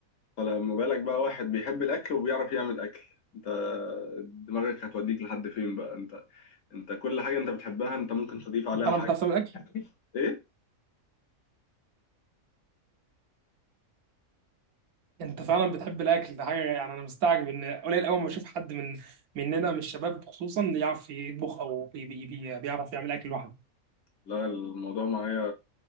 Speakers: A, on the left; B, on the right.
A: فلما بالك بقى واحد بيحب الأكل وبيعرف يعمل أكل أنت دماغك هتوديك لحد فين بقى أنت أنت كل حاجة أنت بتحبها أنت ممكن تضيف عليها
B: انا
A: حاجة
B: بتعرف تعمل اكل
A: إيه؟
B: انت فعلا بتحب الاكل ده حاجه يعني انا مستعجب ان قليل قوي ما بشوف حد من مننا من الشباب خصوصا يعرف يطبخ او بي بي بي بيعرف يعمل اكل لوحده
A: لا الموضوع معايا